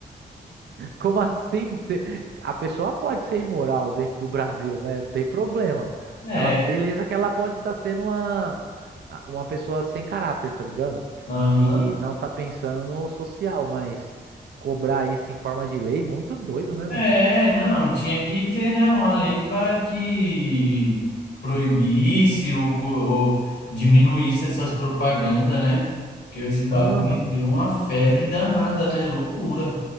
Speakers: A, on the right; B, on the left.
A: Como assim? Cê- A pessoa pode ser imoral dentro do Brasil, né? Não tem problema.
B: É.
A: Ela, beleza que ela pode estar sendo uma, uma pessoa sem caráter, tá ligado?
B: Aham.
A: De não estar pensando no social, mas cobrar isso em forma de lei, muito doido, né, mano?
B: É, não, tinha que ter, né, uma lei para que proibisse ou, co- ou diminuísse essas propagandas, né? Porque esse bagulho
A: Aham,
B: virou uma febre danada, né? Loucura.